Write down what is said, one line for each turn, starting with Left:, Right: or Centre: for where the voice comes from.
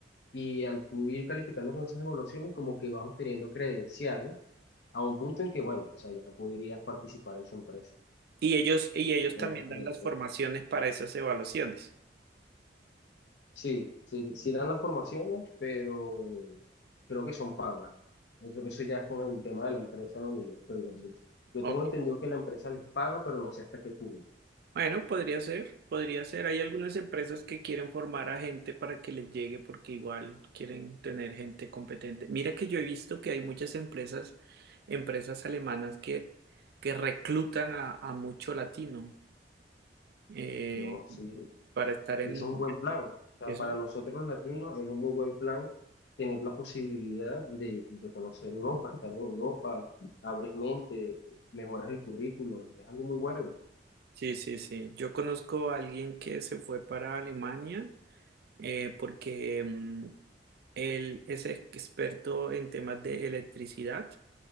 Left: y al tú ir calificando con esas evaluaciones como que vas obteniendo credenciales a un punto en que, bueno, o sea, ya podrías participar en su empresa
Right: Y ellos, y ellos
Left: con
Right: también
Left: esas credenciales.
Right: dan las formaciones para esas evaluaciones.
Left: Sí, sí, sí dan las formaciones, pero creo que son pagas. Eso, eso ya es con el tema de la empresa donde yo estoy. donde- Yo
Right: Ok.
Left: tengo entendido que la empresa les paga, pero no sé hasta qué punto.
Right: Bueno, podría ser, podría ser. Hay algunas empresas que quieren formar a gente para que les llegue porque igual quieren tener gente competente. Mira que yo he visto que hay muchas empresas, empresas alemanas que, que reclutan a, a mucho latino eh,
Left: No, sí.
Right: para estar en...
Left: Y eso es un buen plan. O sea,
Right: eso
Left: para nosotros los latinos es un muy buen plan tener la posibilidad de, de conocer Europa, estar en Europa, abres mente, mejoras el currículum. Es algo muy bueno.
Right: Sí, sí, sí. Yo conozco a alguien que se fue para Alemania eh, porque mm, él es experto en temas de electricidad